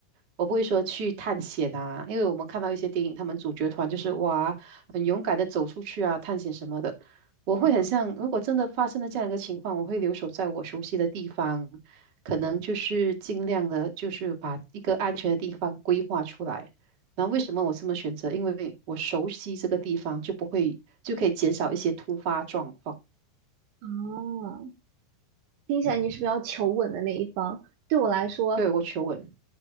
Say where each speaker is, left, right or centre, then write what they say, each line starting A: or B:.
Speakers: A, on the right (about 45°); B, on the right (about 75°).
A: 我不会说去探险啊，因为我们看到一些电影，他们主角团就是哇，很勇敢的走出去啊，探险什么的。我会很像，
B: 嗯，
A: 如果真的发生了这样一个情况，我会留守在我熟悉的地方，可能就是尽量的，就是把一个安全的地方规划出来。那为什么我这么选择？因为我熟悉这个地方，就不会就可以减少一些突发状况。
B: 哦，听起来你是比较求稳的那一方。对我来说，
A: 对，我求稳。